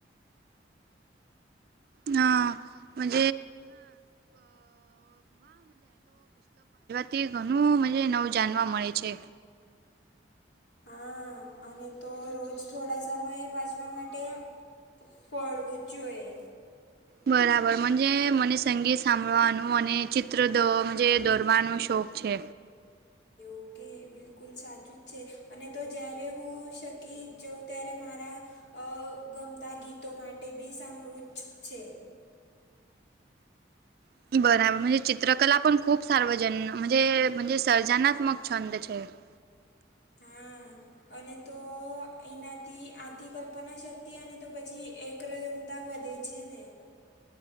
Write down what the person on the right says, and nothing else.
હા. <unintelligible> તે ઘણું મને નવું જાણવા મળે છે.
બરાબર. મને સંગીત સાંભળવાનું અને ચિત્ર દો દોરવાનો શોખ છે.
<unintelligible>